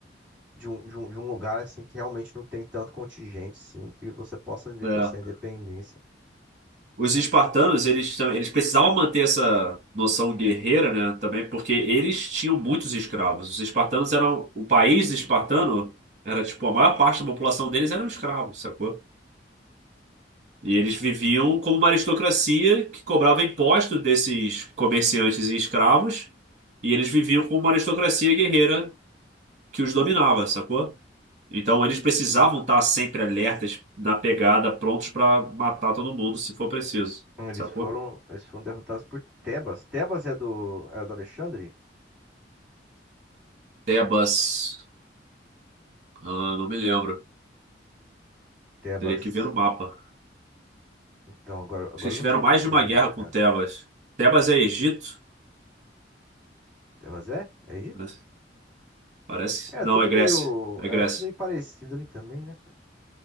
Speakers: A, in the centre; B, on the right.
A: de um, de um, de um lugar assim que realmente não tem tanto contingente assim, que você possa viver
B: é.
A: com essa independência.
B: Os espartanos, eles, tam- eles precisavam manter essa noção guerreira, né? Também porque eles tinham muitos escravos. Os espartanos eram. O país espartano era, tipo, a maior parte da população deles eram escravos, sacou? E eles viviam como uma aristocracia que cobrava impostos desses comerciantes e escravos, e eles viviam como uma aristocracia guerreira que os dominava, sacou? Então eles precisavam estar sempre alertas, na pegada, prontos para matar todo mundo se for preciso,
A: Hum, Eles
B: sacou?
A: foram, eles foram derrotados por Tebas. Tebas é do, é do Alexandre?
B: Tebas, ah, não me lembro,
A: Tebas.
B: teria que ver no mapa.
A: Então, agora, agora
B: Acho que eles
A: eu
B: tiveram
A: não sei também,
B: mais de uma guerra
A: né, cara?
B: com Tebas. Tebas é Egito,
A: Tebas é? É Egito?
B: né? Parece.
A: Era
B: Não,
A: tudo
B: é Grécia.
A: meio,
B: É
A: era
B: Grécia.
A: tudo meio parecido ali também, né?